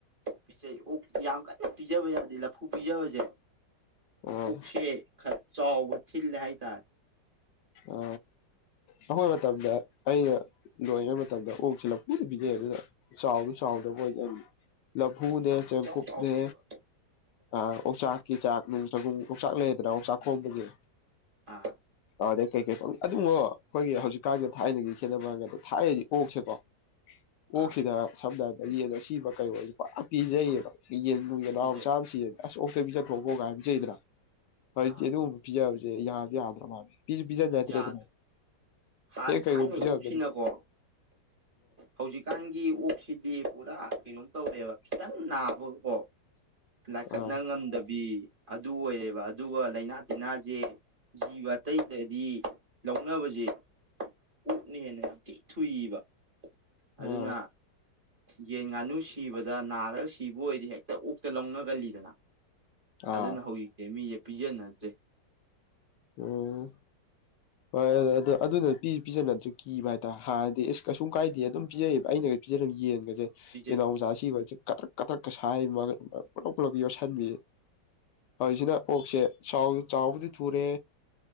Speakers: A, on the right; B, on the left.
A: ꯄꯤꯁ ꯑꯣ ꯌꯥꯝ ꯀ ꯄꯤꯖꯕ ꯌꯥꯗꯦ ꯂ ꯐꯨ ꯄꯤꯖꯕꯖꯦ
B: ꯑꯥ
A: ꯎꯛꯁꯦ ꯈ ꯆ ꯋꯥ ꯊꯜ ꯂ ꯍꯥꯏ ꯆ
B: ꯑ ꯑꯩꯈꯣꯏ ꯃꯇꯝꯗ ꯑꯩꯅ ꯅꯣꯏꯉꯩ ꯃꯇꯝꯗ ꯑꯣꯛꯁꯤ ꯂꯐꯨꯗ ꯄꯤꯖꯩ ꯑꯗꯨꯗ ꯆꯥꯎꯗ ꯆꯥꯎꯗ ꯣ ꯂꯘꯨꯅꯦ ꯆꯦꯡꯀꯨꯨꯞꯅꯦ
A: ꯏꯆꯥꯎ ꯆꯥꯎꯗꯦꯕ
B: ꯑ ꯀꯧꯆꯥꯛꯀꯤ ꯆꯥꯛ ꯅꯨꯡ ꯆꯒꯨꯝ ꯀꯣꯡꯆꯥꯛ ꯂꯩꯗꯅ ꯑꯣꯧꯆꯥꯛ ꯈꯣꯝꯕꯒꯤ
A: ꯑꯥ
B: ꯑ ꯑꯗꯩ ꯀꯩꯀꯩꯪ ꯑꯗꯨꯝꯉꯣ ꯑꯩꯈꯣꯏꯒꯤ ꯍꯧꯖꯤꯛꯀꯥꯟꯒꯤ ꯊꯥꯏꯅꯒꯤ ꯈꯦꯠꯅꯕꯒꯗ ꯊꯥꯏꯅꯗꯤ ꯑꯣꯛꯁꯦꯀꯣ ꯀꯣꯛꯁꯤꯗ
A: ꯑꯥ
B: ꯁꯝꯅ ꯍꯥꯏꯔꯕ ꯌꯦꯗꯣ ꯑꯁꯤꯕ ꯀꯩ ꯑꯣꯏꯁ ꯄꯥꯛ ꯄꯤꯖꯩꯌꯦꯕ ꯌꯦꯟꯨ ꯌꯦꯅꯥꯥꯎ
A: ꯄꯤꯖꯩ
B: ꯃꯆꯥ ꯑꯃ ꯁꯤꯖꯦ ꯑꯁ ꯑꯣꯛꯇ ꯄꯤꯖꯠꯊꯣꯛꯄꯣꯒꯥꯏꯖꯩꯗꯅ ꯍꯧꯖꯤꯛꯇꯤ
A: ꯑꯥ
B: ꯑꯗꯨꯒꯨꯝꯕ ꯄꯤꯖ ꯦ ꯌꯥ ꯌꯥꯗ꯭ꯔ ꯃꯥꯅꯤ ꯖ ꯕꯤꯖꯔꯦ
A: ꯌꯥꯗ꯭ꯔꯦ
B: ꯑꯗꯨꯅ
A: ꯍꯥꯟꯅ
B: ꯍꯦ ꯀꯥꯏꯖ
A: ꯊꯥꯏꯅꯩ ꯑꯣꯛꯁꯤꯅꯀꯣ ꯍꯧꯖꯤꯛꯀꯥꯟꯒꯤ ꯑꯣꯛꯁꯤꯗꯤ ꯄꯨꯔꯥ ꯀꯩꯅꯣꯝ ꯇꯧꯔꯦꯕ ꯈꯤꯇꯪ ꯅꯥꯕꯀꯣ ꯂꯥꯏꯀꯠꯅ
B: ꯑ
A: ꯉꯝꯗꯕꯤ ꯑꯗꯨ ꯑꯣꯏꯔꯦꯕ ꯑꯗꯨꯒ ꯂꯥꯏꯅꯥ ꯇꯤꯟꯅꯥꯁꯦ ꯖꯤꯕ ꯑꯇꯩꯗꯗꯤ ꯂꯧꯅꯕꯁꯦ ꯑꯣꯛꯅ ꯍꯦꯟꯅ ꯌꯥꯝ ꯊꯤ ꯊꯨꯏꯕ ꯑꯗꯨꯅ
B: ꯑ
A: ꯌꯦꯟ ꯉꯥꯅꯨ ꯁꯤꯕꯗ ꯅꯥꯔꯒ ꯁꯤꯕ ꯑꯣꯏꯔꯗꯤ ꯍꯦꯛꯇ ꯑꯣꯛꯇ ꯂꯧꯅꯒꯜꯂꯤꯗꯅ ꯑꯗꯨꯅ
B: ꯑ
A: ꯍꯧꯖꯤꯛꯁꯦ ꯃꯤꯁꯦ ꯄꯤꯖꯅꯗ꯭ꯔꯦ
B: ꯎꯝ ꯍꯣꯏ ꯑꯗꯨ ꯑꯗꯨ ꯑꯗꯨꯅ ꯄꯤ ꯄꯤꯖꯅꯗ꯭ꯔꯁꯨ ꯀꯤꯕ ꯍꯥꯏꯇꯥꯦ ꯍꯥꯟꯅꯗꯤ ꯏꯁꯁ ꯀꯩꯁꯨꯝ ꯀꯥꯏꯗꯦ ꯑꯗꯨꯝ ꯄꯤꯖꯩꯑꯕ ꯑꯩꯅ ꯐꯖꯅ ꯌꯦꯡꯒꯁꯦ
A: ꯄꯤꯖꯩ
B: ꯌꯦꯅꯥꯎꯖꯥ ꯁꯤꯕꯁꯦ ꯀꯊꯛꯀ ꯁꯥꯥꯏꯩ ꯄꯨꯂꯞ ꯄꯨꯂꯞ ꯌꯣꯠꯁꯤꯟꯕꯤ ꯍꯧꯖꯤꯛꯁꯤꯅ ꯑꯣꯛꯁꯦ ꯆꯥꯎ ꯆ ꯆꯥꯎꯥꯕꯗꯤ ꯊꯨꯔꯦ